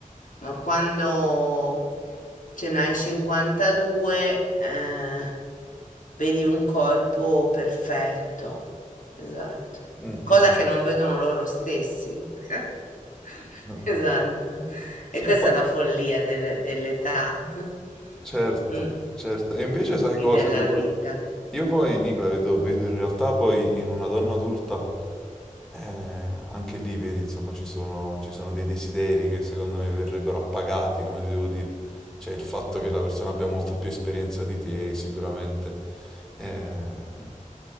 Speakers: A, on the left; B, in the centre.
A: ma quando ce n'hai 52, eh, Vedi un corpo perfetto, esatto,
B: mm,
A: cosa
B: mm.
A: che non vedono loro stessi. <laughs>
B: mm.
A: Esatto. E
B: Simpa-
A: questa è la follia delle- dell'età <laughs>
B: certo,
A: mm,
B: certo. E invece sai
A: e
B: cosa?
A: della
B: Io,
A: vita.
B: Io poi, Nicola, vedo, vedo in realtà poi in una donna adulta, eh, anche lì vedi, insomma, ci sono, ci sono dei desideri che secondo me verrebbero appagati, come ti devo dire. Cioè il fatto che la persona abbia molta più esperienza di te, sicuramente, eh,